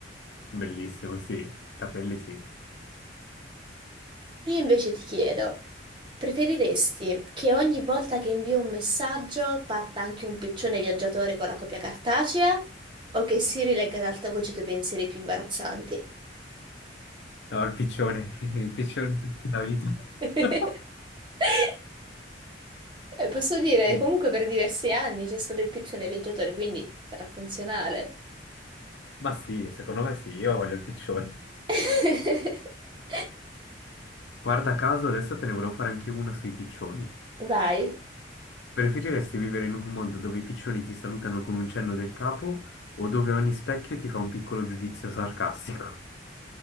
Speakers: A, on the left; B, on the right.
A: Bellissimo, sì, capelli sì.
B: Io invece ti chiedo, preferiresti che ogni volta che invio un messaggio parta anche un piccione viaggiatore con la copia cartacea o che si rilegga ad alta voce i tuoi pensieri più imbarazzanti?
A: No, il piccione, <laughs> il piccione per tutta la vita.
B: <laughs>
A: <laughs>
B: Eh, Posso dire,
A: Sì.
B: comunque per diversi anni c'è stato il piccione viaggiatore, quindi sarà funzionale.
A: Ma sì, secondo me sì, io voglio il piccione.
B: <laughs>
A: Guarda caso, adesso te ne volevo fare anche una sui piccioni.
B: Vai.
A: Preferiresti vivere in un mondo dove i piccioni ti salutano con un cenno del capo o dove ogni specchio ti fa un piccolo giudizio sarcastico?